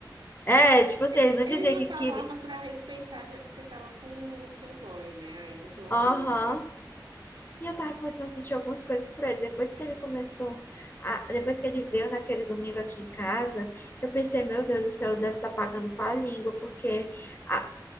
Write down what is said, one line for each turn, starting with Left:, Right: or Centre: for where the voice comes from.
Left: É, tipo assim,
Right: E-
Left: ele não
Right: Ele
Left: dizia
Right: não
Left: que
Right: falava
Left: queria.
Right: pra respeitar, já que você tava com o seu boy, né? Ainda o seu último
Left: Aham.
Right: boy.
Left: E eu tava começando a sentir algumas coisas por ele. Depois que ele começou a- depois que ele veio naquele domingo aqui em casa, eu pensei, meu Deus do céu, ele deve estar pagando com a língua, porque a-